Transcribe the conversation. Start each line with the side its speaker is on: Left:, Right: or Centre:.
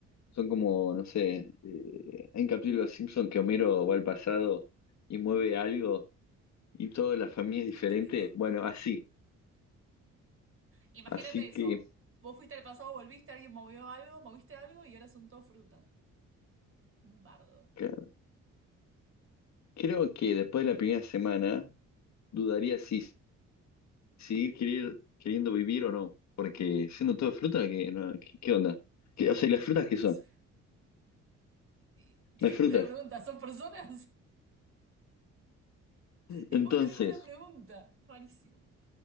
Left: Son como, no sé, eh, hay un capítulo de Los Simpson que Homero va al pasado y mueve algo y toda la
Right: Y,
Left: familia es diferente.
Right: y cambia todo.
Left: Bueno, así.
Right: Imagínate
Left: Así
Right: eso.
Left: que
Right: Vos fuiste al pasado, volviste, alguien movió algo, moviste algo y ahora son todo fruta. Un bardo.
Left: claro, creo que después de la primera semana dudaría si seguir querer- queriendo vivir o no. Porque siendo todo fruta, ¿qué, no, qué, qué onda? ¿Qué- o sea, ¿y las frutas qué
Right: No
Left: son?
Right: sé. Y- <laughs>
Left: No hay frutas.
Right: buena pregunta, ¿son personas? <laughs> Es
Left: Entonces,
Right: buena, es buena pregunta. Rarísimo.